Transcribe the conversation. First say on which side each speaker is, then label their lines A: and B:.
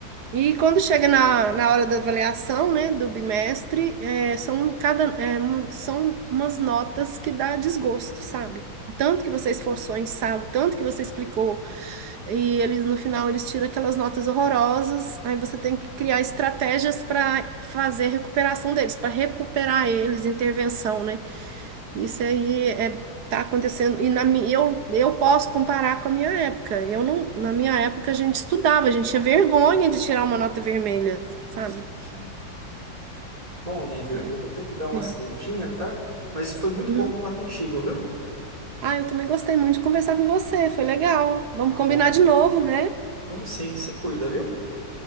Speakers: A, on the right; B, on the right.
A: E quando chega na, na hora da avaliação, né, do bimestre, é, são cada, é, um- são umas notas que dá desgosto, sabe? O Tanto que você esforçou em sala, o tanto que você explicou, e eles no final eles tiram aquelas notas horrorosas, aí você tem que criar estratégias para fazer a recuperação deles, para recuperar eles, intervenção, né? Isso aí é, tá acontecendo. E na, mi- eu, eu posso comparar com a minha época. Eu não, na minha época a gente estudava, a gente tinha vergonha de tirar uma nota vermelha, sabe?
B: Sim, sim. Bom, Nívia,
A: É.
B: eu vou ter que dar uma
A: Hum.
B: saidinha, tá? Mas foi muito
A: Uhum.
B: bom falar contigo, viu?
A: Ah, eu também gostei muito de conversar com você, foi legal. Vamos
B: Tá
A: combinar
B: bom.
A: de novo, né?
B: Vamos sim, se cuida, viu?